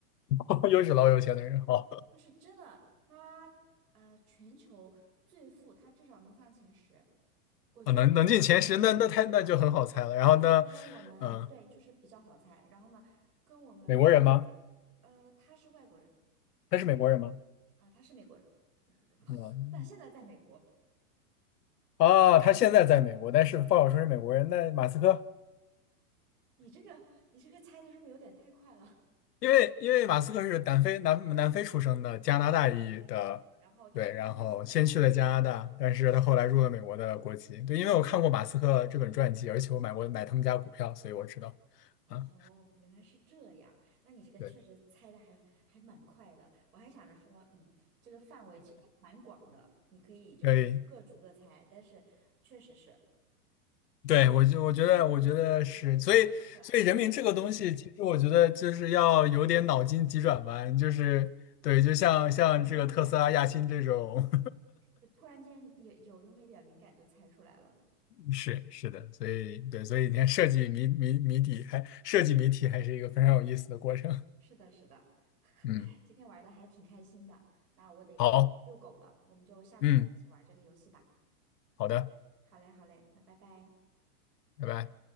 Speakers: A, on the left; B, on the right.
A: <laughs> 又是老有钱的人，好，
B: 就是真的，他呃，全球最富，他至少能上前十，我觉得就很
A: 啊，能能进前十，那那太那就很好猜了。
B: 好了。
A: 然后呢，
B: 然后呢，跟我们对，
A: 嗯、
B: 就是比较好猜。然后呢，跟我们
A: 美国人吗？
B: 呃，他是外国人
A: 他是美国人吗？
B: 啊，他是美国人，<laughs>
A: 嗯，
B: 但现在在美国。
A: 啊，他现在在美国，但是不好说是美国人。那马斯克，
B: 你这个你这个猜的是不是有点太快了？
A: 因为因为马斯克是南非南南非出生的，加拿大裔的，
B: 对对对，然后就是，
A: 对，
B: 但是他现在在美。
A: 然后先去了加拿大，但是他后来入了美国的国籍。对，因为我看过马斯克这本传记，而且我买过买他们家股票，所以我知道。
B: 哦，
A: 啊，
B: 原来是这样。那你这个确实猜的还还蛮快的。
A: 对，
B: 我还想着说，嗯，这个范围其实还蛮广的，你可以就是逐个逐个猜。
A: 可以。
B: 但是确实是
A: 对，我就我觉得，
B: 这一说你就你就猜
A: 我觉得是，所以，
B: 出来了，
A: 所以人民这个东西，其实我觉得就是要有点脑筋急转弯，就是对，就像像这个特斯拉、
B: 有那么点儿就是
A: 亚新这种，
B: 就突然间有有那么一点儿灵感就猜出来了呢。
A: <laughs> 是是的，所以对，所以你看设计谜谜谜底还设计谜题还是一个非常有意思的过程。
B: 是的，是的，
A: 嗯，
B: <laughs> 今天玩的还挺开心的。那我得下去遛狗了，
A: 好，
B: 我们就下次再一起玩这个游戏吧。
A: 嗯，好的，
B: 好嘞，好嘞，那拜拜。
A: 拜拜。